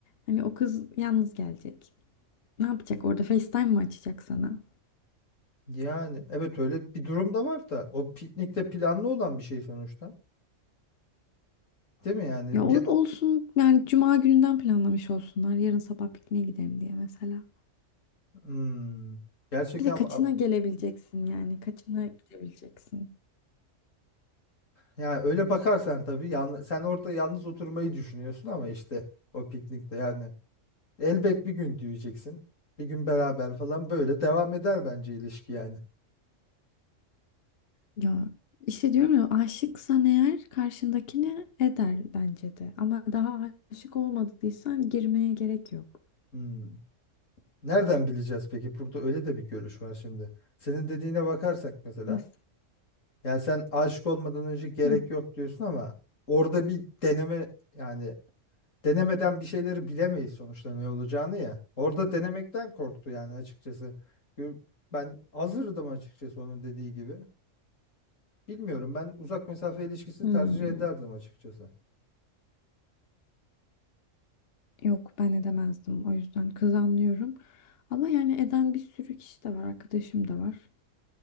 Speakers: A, on the left; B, on the left.
A: Hani o kız yalnız gelecek. Ne yapacak orada? FaceTime mı açacak sana?
B: Yani evet öyle bir durum da var da o piknikte planlı olan bir şey sonuçta. Değil mi yani?
A: Ya o
B: Bir
A: olsun yani cuma gününden planlamış olsunlar. Yarın sabah pikniğe gidelim diye mesela.
B: Hmm, gerçekten
A: Bir de kaçına
B: a-
A: gelebileceksin yani? Kaçına gidebileceksin?
B: yani öyle bakarsan tabii yalnız, sen orada yalnız oturmayı düşünüyorsun ama işte o piknikte yani elbet bir gün diyeceksin. Bir gün beraber falan böyle devam eder bence ilişki yani.
A: Ya işte diyorum ya aşıksan eğer karşındakini eder bence de. Ama daha aşık olmadıysan girmeye gerek yok.
B: Hmm. Nereden bileceğiz peki? Burada öyle de bir görüş var şimdi. Senin dediğine bakarsak mesela
A: Nasıl?
B: yani sen aşık olmadan önce gerek
A: Hı.
B: yok diyorsun ama orada bir deneme yani denemeden bir şeyleri bilemeyiz sonuçta ne olacağını ya. Orada denemekten korktu yani açıkçası. Gö- Ben hazırdım açıkçası onun dediği gibi. Bilmiyorum ben uzak mesafe ilişkisi
A: Hmm.
B: tercih ederdim açıkçası.
A: Yok ben edemezdim o yüzden kız anlıyorum. Ama yani eden bir sürü kişi de var arkadaşım da var.